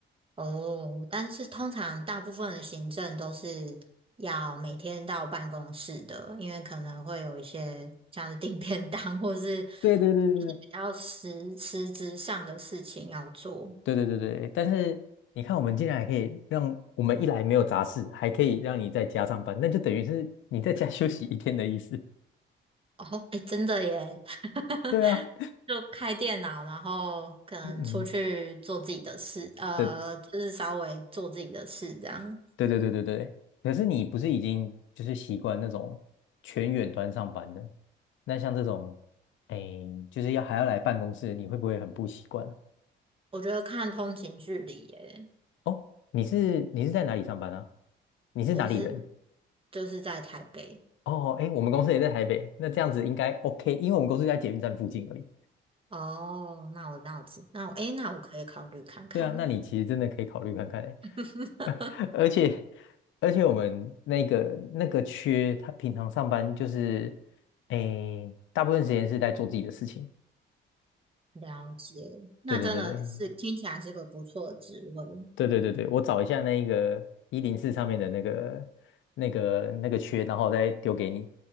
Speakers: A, on the right; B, on the left.
A: 哦，但是通常大部分的行政都是要每天到办公室的，因为可能会有一些像是订便当或是
B: 对对对对对
A: 就是比较实实质上的事情要做。
B: 对对对对，但是你看，我们竟然还可以让我们一来没有杂事，还可以让你在家上班，那就等于是你在家 <laughs> 休息一天的意思。
A: 哦，哎，真的耶，<laughs>
B: 对啊，
A: 就开电脑，然后可能出去做自己的事，
B: <laughs> 嗯，
A: 呃，
B: 对
A: 就是稍微做自己的事这样。
B: 对对对对对。可是你不是已经就是习惯那种全远端上班的？那像这种，哎，就是要还要来办公室，你会不会很不习惯啊？
A: 我觉得看通勤距离耶，
B: 哦，你是你是在哪里上班啊？你是哪里人？
A: 我是就是在台北。
B: 哦，哎，我们公司也在台北，那这样子应该 OK，因为我们公司在捷运站附近而已。
A: 哦，那我那我知，那我诶，那我可以考虑看看。
B: 对啊，那你其实真的可以考虑看看欸，
A: <laughs>
B: <laughs> 而且而且我们那个那个缺，他平常上班就是，诶，大部分时间是在做自己的事情。
A: 了解，那真的是听起来是个不错的职位。
B: 对对对对对对对对，我找一下那个一零四上面的那个那个那个缺，然后再丢给你，